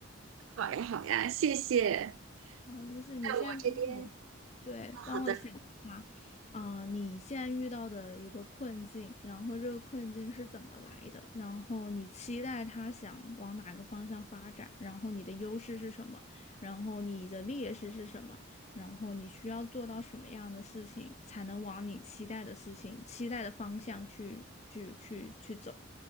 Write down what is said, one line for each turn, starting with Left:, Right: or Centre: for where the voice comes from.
Right: 好呀好呀，谢谢。
Left: 哦，没事，你先帮我，
Right: 那我这边，
Left: 对，
Right: 哦，好的，
Left: 帮我想一下，啊、你现在遇到的一个困境，然后这个困境是怎么来的？然后你期待它想往哪个方向发展？然后你的优势是什么？然后你的劣势是什么？然后你需要做到什么样的事情，才能往你期待的事情、期待的方向去去去去走？